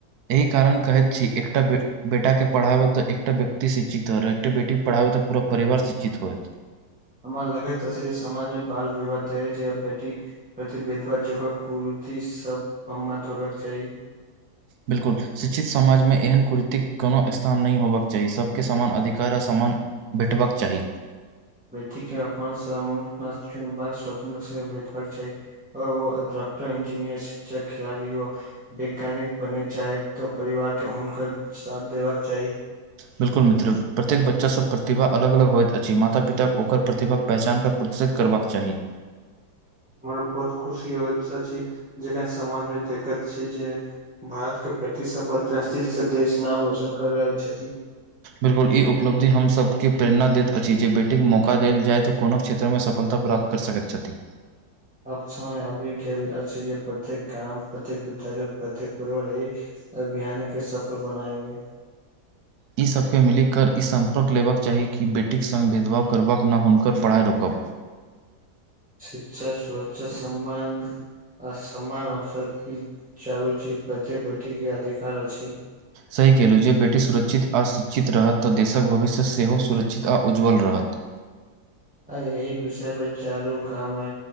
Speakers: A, on the right; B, in the centre.
A: एहि कारण कहैत छी एकटा बे बेटाके पढ़ाबै तऽ एकटा व्यक्ति शिक्षित हो रह एकटा बेटी पढ़ाबै तऽ पूरा परिवार शिक्षित होय
B: हमरा लगज त अछै जे समाजमे बाल विवाह दहेज या बेटी प्रतिभेदव जगह कुर्ती सब मात <unintelligible>
A: बिलकुल शिक्षित समाजमे एहन कुड़ीतीक कोनो स्थान नहि होबाक चाही सबके समान अधिकार आ समान बेटबक चाही
B: व्यक्ति अपन <unintelligible> चुनबाक स्वतन्त्रता स भेटबाक चाही अ ओ डॉकटर इंजीनियर शिक्षक खिलाड़ी ओ वैज्ञानिक बने चाहे तऽ परिवारके हुनकर साथ देबाक चाही
A: बिल्कुल मित्र प्रत्येक बच्चा सब प्रतिभा अलग अलग होयइत अछि माता पिता के ओकर प्रतिभाक के पहचान क <unintelligible> करबाक चाही
B: हमरा बहुत खुशी होइत अछि जखन समाजमे देखैत छी जे भारत के ब्रिटिश सब अंतरराष्ट्रीय देश नाम रोशन कर रहल छथि
A: बिलकुल ई उपलब्धि हमसभके प्रेरणा दैत अछि जे बेटीक मौका देल जाय तऽ कोनो क्षेत्रमे सफलता प्राप्त सकैत छथि
B: अब छमय आबि गेल अछि जे प्रत्येक गाम प्रत्येक विद्यालय प्रत्येक पर्वरहि अभियाने के सफल बना <unintelligible>
A: ई सबके मिलिकर ई सम्पर्क लेबक चाही कि बेटीक सङ्ग भेदभाव करबाक ना हम हुनकर पढ़ाइ रोकब
B: शिक्षा सुरक्षा सम्मान आ सम्मान अवसर ई चारू चीज प्रतेक बेटी के अधिकार अछि
A: सही केलहुँ जे बेटी सुरक्षित आओ शिक्षित रहत तऽ देशक भविष्य सेहो सुरक्षित आ उज्ज्वल रहत
B: आ एहि विषय पर चारू गांमे